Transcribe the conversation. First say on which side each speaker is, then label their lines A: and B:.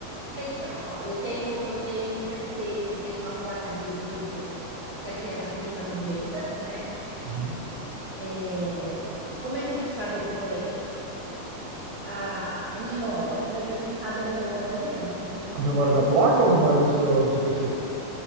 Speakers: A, on the right (about 50°); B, on the right (about 70°).
A: é, Então, ó, eu tenho, eu tenho um PC, eu tenho uma placa de vídeo que é aquela trinta noventa, né?
B: Uhum.
A: É, Como é que a gente sabe aqui? Peraí. A, a memória, como é que a gente sabe a memória mesmo? Que a gente
B: A memória
A: pergunta
B: da placa
A: aqui.
B: ou a memória do seu, do seu PC?